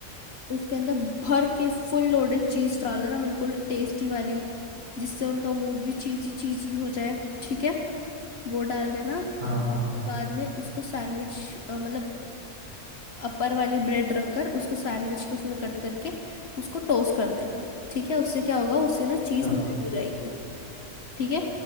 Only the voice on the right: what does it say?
हाँ हाँ
हाँ।